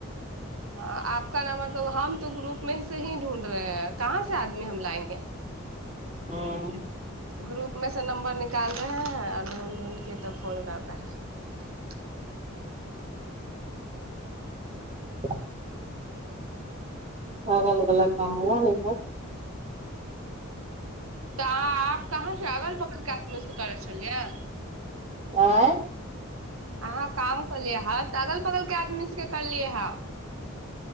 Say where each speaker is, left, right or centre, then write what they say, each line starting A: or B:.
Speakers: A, on the right; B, on the right.
A: ह आपका नंमबर त हम तो ग्रुप मे एसे ही ढूढ़ रहे हैं कहाँ से आदमी हम लाएंगे
B: हूँ
A: <unintelligible>
B: <unintelligible> खगल वला काम <inaudible>
A: तऽ आप कहाँ से अगल बगल के आदमी से करे छै। छललिय।
B: आँय
A: अहाँ काम कलिय। आप के अगल बगल के आदमी से कालिह <inaudible>